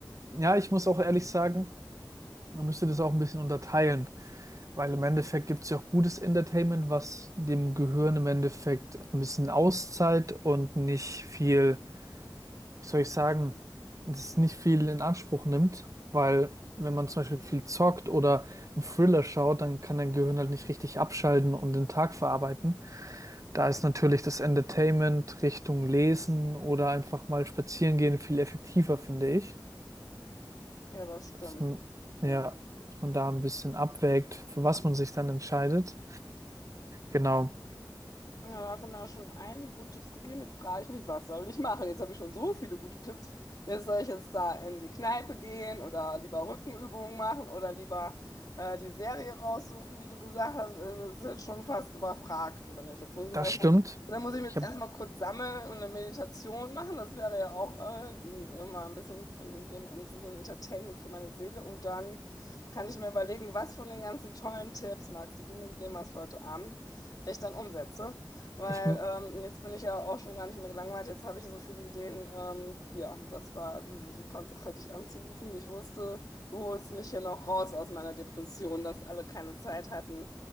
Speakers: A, on the right; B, on the left.
A: Ja, ich muss auch ehrlich sagen, man müsste das auch ein bisschen unterteilen, weil im Endeffekt gibt es ja auch gutes Entertainment, was dem Gehirn im Endeffekt ein bisschen Auszeit und nicht viel wie soll ich sagen, das nicht viel in Anspruch nimmt, weil wenn man zum Beispiel viel zockt oder einen Thriller schaut, dann kann dein Gehirn halt nicht richtig abschalten und den Tag verarbeiten. Da ist natürlich das Entertainment Richtung Lesen oder einfach mal spazieren gehen viel effektiver, finde ich.
B: Ja, das stimmt.
A: Dass man,
B: Ja.
A: ja, dass man da ein bisschen abwägt, für was man sich dann entscheidet. Genau,
B: Ja, da hast du mir ja schon einige gute Tipps gegeben. Jetzt frage ich mich, was soll ich machen? Jetzt habe ich schon so viele gute Tipps. Jetzt soll ich jetzt da in die Kneipe gehen oder lieber Rückenübungen machen oder lieber äh, die Serie raussuchen, die du gesagt hast. Also, Das ist jetzt schon fast überfragt, Und Wenn ich. Jetzt muss ich mir
A: das
B: erstmal,
A: stimmt.
B: dann muss ich mir
A: Ich
B: jetzt
A: habe,
B: erstmal kurz sammeln und eine Meditation machen. Das wäre ja auch äh, mal ein bisschen in dem Ende so ein Entertainment für meine Seele. Und dann kann ich mir überlegen, was von den ganzen tollen Tipps, Max, die du mir gegeben hast für heute Abend, ich dann umsetze. Weil
A: ich,
B: ähm, jetzt bin ich ja auch schon gar nicht mehr gelangweilt. Jetzt habe ich so viele Ideen. Ähm, ja, das war eine super Sache, dich anzurufen. Ich wusste, du holst mich hier noch raus aus meiner Depression, dass alle keine Zeit hatten.